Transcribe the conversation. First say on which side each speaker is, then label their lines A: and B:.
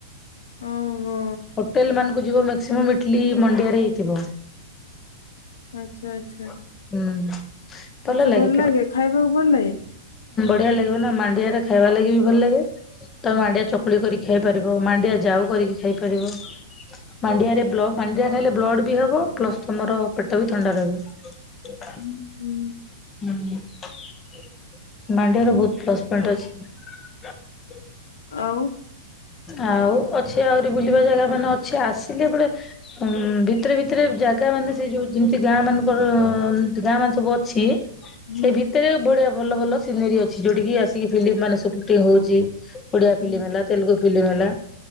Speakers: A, on the left; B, on the left.
A: ଓହୋ
B: ହୋଟେଲ ମାନ ଯ ମକ୍ସିମମ ଇଟଲି ମଣ୍ଡିଆରେ ହେଇଥିବ।
A: ଆଛା ଆଚ୍ଛା।
B: ହୁଁ। ଭଲ
A: ସେ
B: ଲାଗେ
A: ଭଲଲାଗେ ଖାଇବାକୁ ଭଲଲାଗେ?
B: ଭଲଲାଗିବ ନା ମାଣ୍ଡିଆରେ ଖାଇବା ଲାଗି ବି ଭଲଲାଗେ ତମେ ମାଣ୍ଡିଆ ଚକୁଳି କରିକି ଖାଇପାରିବ ମାଣ୍ଡିଆ ଯାଉ କରିକି ଖାଇପାରିବ ମାଣ୍ଡିଆରେ ବ୍ଲ ମାଣ୍ଡିଆ ଖାଇଲେ ବ୍ଲଡ଼ ବି ହବ ପ୍ଲସ ତମର ପେଟ ବି ଥଣ୍ଡା ରହିବ। <inaudible>
A: ଉହୁଁ।
B: ମାଣ୍ଡିଆ ମାଣ୍ଡିଆର
A: ହୁଁ,
B: ବୋହୁତ ପ୍ଲସ ପଏଣ୍ଟ ଅଛି।
A: ଆଉ
B: ଆଉ ଅଛି ଆହୁରି ବୁଲିବା ଜାଗାମାନେ ଅଛି ଆସିଲେ ଏପଟେ ଉଁ ଭିତରେ ଭିତରେ ଜାଗାମାନେ ସେ ଯୋଉ ଯେମିତି ଗାଁ ମାନଙ୍କୁ ଅ ଗାଁ ମନ ସବୁ ଅଛି। ଛି
A: ହୁଁ
B: ସେ ଭିତରେ ବଢିଆ ଭଲ ଭଲ ସିନେରୀ ଅ ଯୋଉଠିକି ଆସିକି ଫିଲିମ୍ ମାନେ ସୁଟିଂ ହୋଉଚି। ଓଡିଆ ଫିଲିମ୍
A: ହୁଁ
B: ହେଲା ତେଲଗୁ ଫିଲିମ ହେଲା